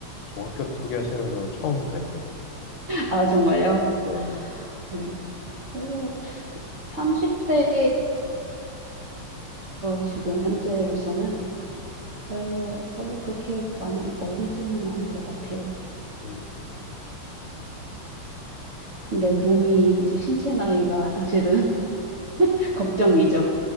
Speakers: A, on the left (about 80°); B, on the right (about 65°).
A: 저 학교 투기 하시는 분은 처음 뵀네요.
B: 아, 정말요?
A: 네.
B: 네. 그래서 30대라서 지금 현재로서는 그래서 별로 그렇게 많이 어리지는 않은 것 같아요.
A: 음,
B: 근데 몸이 이제 신체 나이가 사실은 <laughs> 걱정이죠.